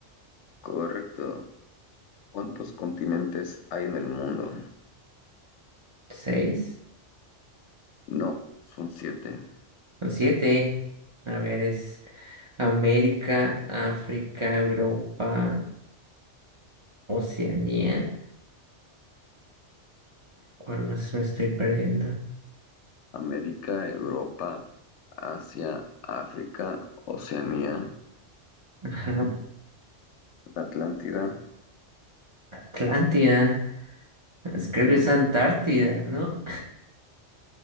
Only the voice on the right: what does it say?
¿Seis
o siete? A ver, es América, África, Europa, Oceanía. ¿Cuál más me estoy perdiendo?
Ajá,
Atlántida. Es- creo
que es Antártida, ¿no?